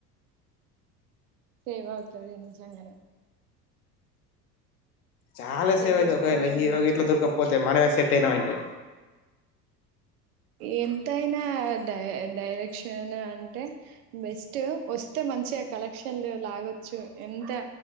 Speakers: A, on the right; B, on the left.
A: సేవ్ అవుతది నిజంగనే
B: చాలా సేవ్ అయితది
A: చేసుకోవచ్చు
B: ఒకవేళ హీరో
A: మంచి
B: గిట్లా దొరకపోతే మనమే సెట్ అయినమంటే
A: ఎంతైనా డై డైరెక్షన్ అంటే బెస్ట్ వస్తే మంచిగా కలెక్షన్లు లాగొచ్చు ఎం త